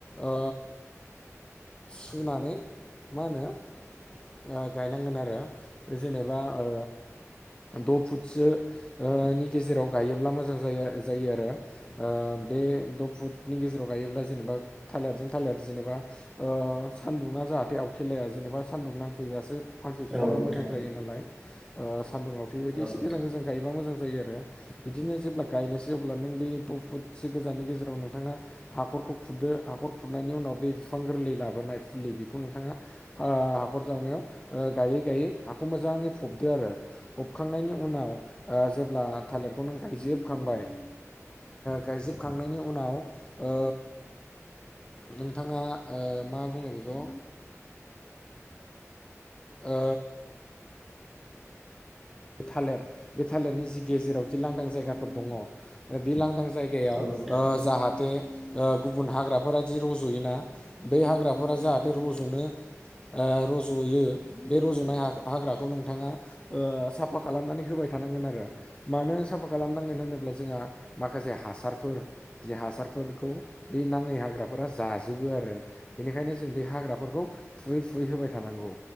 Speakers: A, on the left; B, in the centre.
A: ओ सुनानै मा होनो। ओ गायनांगोन आरो जेनेबा ओ। द' फुटसो ओ नि गेजेराव गायोब्ला मोजां जायो जायो आरो ओ। बे द' फुटनि गेजेराव गायोब्ला जेनेबा थालेरजों थालेर जेनेबा ओ सान्दुंआ। जाहाथे आउथेलाया जेनेबा सान्दुं नां फैबासो फांसे बिफाङा
B: औ नोंथां
A: मोजां जायो नालाय ओ सान्दुंआवथे बायदि
B: औ
A: एसे
B: नोंथां
A: गोजान गोजान गायोबा मोजां। जायो आारो बिदिनो जेब्ला गायनोसै अब्ला नों बे द' फुथसो गोजाननि गेजेराव नोंथाङा हाख रखौ खुरदो हाखर खुरनायनि उनाव बे फिफां गोरलै लाबोनाय फुलि बेखौ नोंथाङा ओ हाखर। जावनायाव गायै गायै हाखौ मोजाङै फबदो आरो फबखांनायनि उनाव ओ जोब ब्ला थालेरखौ नों गायजोबखांबाय। गायजोबखांनायनि उनाव ओ नोंथाङा ओ मा बुङो बेखौ ओ थालिर बे थालिरनि जि गेजेराव जि लांदां जायगाफोर दङ बे लां लादां जायगायाव
B: औ नोंथां
A: ओ जाहाथे ओ गुबुन हाग्राफोरा जि रज'योना बै हाग्राफोरा जाहाथे रज'नो ओ रज'यो बे रज'नाय हा-हाग्राखौ नोंथाङा ओ साफ फा खालामनानै होबाय थानांगोन आरो मानो साफा खालामनांगोन होनोब्ला जोंहा माखासे हासारफोर जे हासारफोरखौ बे नाङै हाग्राफोरा जाजोबो आरो बेनिखायनो जों बे हाग्राफोरखौ फुयै फुयै होबाय थानांगौ